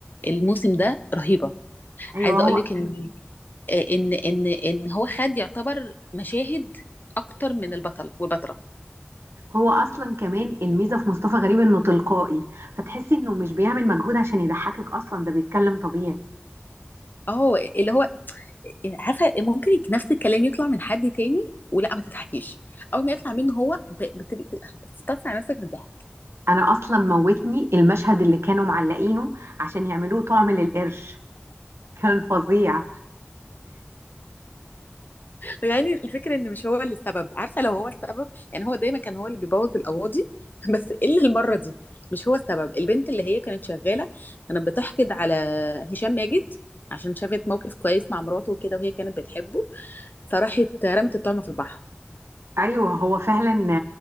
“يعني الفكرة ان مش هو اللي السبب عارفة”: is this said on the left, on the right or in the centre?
Left